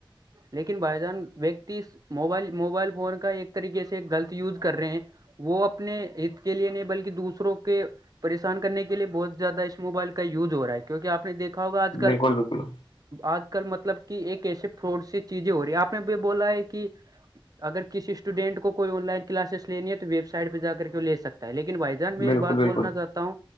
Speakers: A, on the right; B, on the left.
A: لیکن بھائی جان ویکتی موبائل موبائل فون کا ایک طریقے سے غلط یوز کر رہے ہیں وہ اپنے ہت کے لیے نہیں بلکہ دوسروں کے پریشان کرنے کے لیے بہت زیادہ اس موبائل کا یوز ہو رہا ہے کیونکہ آپ نے دیکھا ہوگا آج کل
B: بالکل بالکل
A: آج کل مطلب کہ ایک ایسی فراڈ سی چیزیں ہو رہی ہے آپ نے بھی بولا ہے کہ اگر کسی اسٹوڈینٹ کوئی آن لائن کلاسس لینی ہے تو ویب سائٹ پہ جا کر کے وہ لے سکتا ہے لیکن بھائی جان میں
B: بالکل
A: ایک بات
B: بالکل
A: بولنا چاہتا ہوں